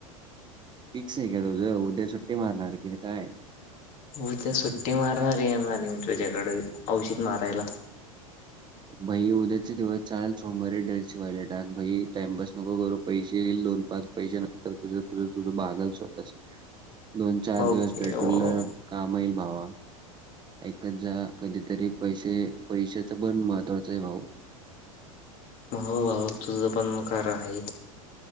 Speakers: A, on the right; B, on the left.
A: फिक्स आहे का तुझं उद्या सुट्टे मारणार की नाही काय
B: उद्या सुट्टी मारणार येणार म्हणजेुझ्याकडे औषध मारायला.
A: भई उद्याचे दिवस चाल सोमवारीे ड्रेस शिवायला टाका भाई टाइमपास नको करू. पैसे ये दोन पाच पैसे नंतर तुझ तुझ तुझ बगाल स्वतःचे दोन चार
B: ओके
A: दिवस पेटुल
B: हो
A: काम येईल भावा. एकऐत जा कधीतरी पैसे पैशाच बण महत्वाचं आहे भाऊ.
B: होबात. तुल पण मु खर आहे.